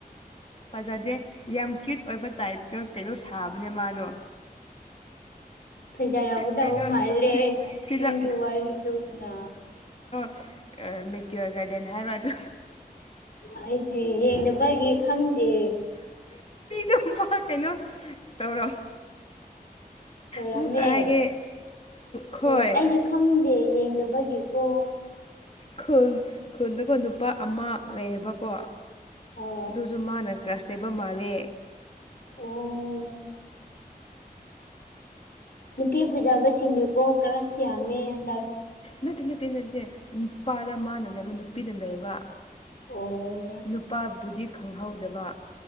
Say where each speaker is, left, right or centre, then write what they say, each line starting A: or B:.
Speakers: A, on the left (about 40°); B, on the left (about 90°).
A: ꯐꯖꯗꯦ ꯌꯥꯝ ꯀ꯭ꯌꯨꯠ ꯑꯣꯏꯕ ꯇꯥꯏꯞꯀ ꯀꯩꯅꯣ ꯁꯥꯕꯅꯦ ꯃꯥꯗꯣ
B: ꯐꯖꯥꯔꯝꯒꯗꯧ
A: ꯀꯩꯅꯣ
B: ꯃꯥꯜꯂꯦ
A: ꯐꯤꯂꯝ
B: ꯅꯪꯒꯤ ꯋꯥꯔꯤꯗꯨꯅ
A: ꯑ ꯃꯦꯠꯇꯨꯔ ꯒꯥꯔꯗꯦꯟ ꯍꯥꯏꯕꯔ ꯑꯗꯨ
B: ꯑꯩꯗꯤ ꯌꯦꯡꯗꯕꯒꯤ ꯈꯪꯗꯦ
A: ꯑꯗꯨꯨꯝꯕ ꯀꯩꯅꯣ ꯇꯧꯔꯝ
B: ꯂꯣꯏꯔꯝꯃꯦ
A: ꯑꯃꯨꯛꯀ ꯍꯥꯏꯒꯦ ꯈꯣꯏ
B: ꯑꯣ ꯑꯩꯗꯤ ꯈꯪꯗꯦ ꯌꯦꯡꯗꯕꯒꯤ ꯒꯤꯀꯣ
A: ꯈꯨꯜ ꯈꯨꯜꯗꯀꯣ ꯅꯨꯄꯥ ꯑꯃ ꯂꯩꯌꯦꯕꯀꯣ
B: ꯑꯣ
A: ꯑꯗꯨꯁꯨ ꯃꯥꯅ ꯔꯁꯇꯦꯕ ꯃꯥꯜꯂꯦ
B: ꯑꯣ ꯅꯨꯄꯤ ꯐꯖꯕꯁꯤꯡꯗꯨꯀꯣ ꯀꯔꯁ ꯌꯥꯝꯃꯦ ꯗ
A: ꯅꯠꯇꯦ ꯅꯠꯇꯦ ꯅꯠꯇꯦ ꯅꯨꯄꯥꯗ ꯃꯥ ꯅ ꯃꯅꯕ ꯅꯨꯄꯤꯗ ꯂꯩꯕ
B: ꯑꯣ
A: ꯅꯨꯄꯥꯕꯨꯗꯤ ꯈꯪꯍꯧꯗꯕ